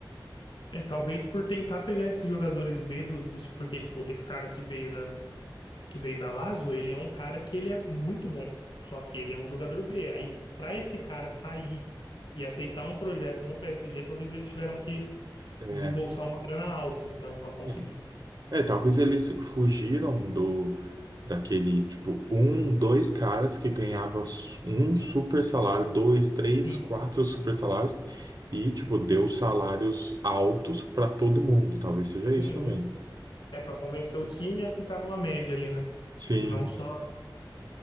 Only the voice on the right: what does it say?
É,
é. É, talvez eles fugiram do daquele tipo um, dois caras que ganhavam su- um super salário, dois, três,
quatro super salários e tipo deu salários altos para todo mundo. Talvez seja isso
também.
Sim,